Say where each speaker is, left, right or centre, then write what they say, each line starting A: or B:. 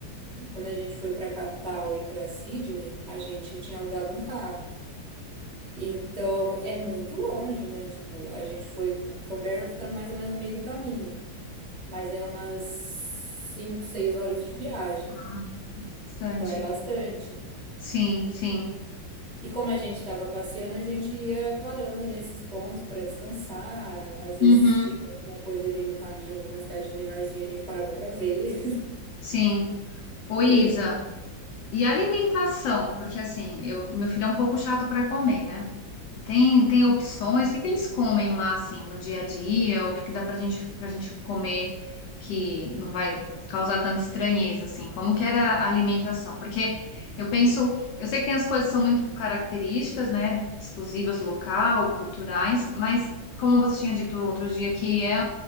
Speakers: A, in the centre; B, on the left (about 70°).
A: quando a gente foi para capital e para Sydney, a gente tinha alugado um carro. E então é muito longe, né? Tipo, a gente foi Canberra ficando mais ou menos no meio do caminho, mas é umas 5, 6 horas de viagem.
B: Ah, bastante.
A: Então é bastante.
B: Sim, sim.
A: E como a gente estava passeando, a gente ia parando nesses pontos para descansar, às vezes
B: Uhum.
A: tinha alguma coisa ali no caminho, alguma cidade menorzinha, a gente parava para ver. <laughs>
B: Sim. Ô, Isa,
A: E eu,
B: e alimentação? Porque assim, eu, meu filho é um pouco chato para comer, né? Tem, tem opções? O que que eles comem lá, assim, no dia a dia? O que que dá pra gente, pra gente comer que não vai causar tanta estranheza, assim? Como que era a alimentação? Porque eu penso, eu sei que tem as coisas que são muito características, né? Exclusivas local, culturais, mas como você tinha dito outro dia que é